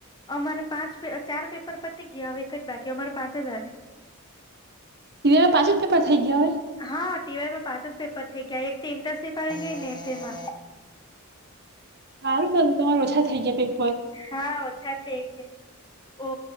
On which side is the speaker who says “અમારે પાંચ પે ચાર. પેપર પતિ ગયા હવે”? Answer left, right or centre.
Left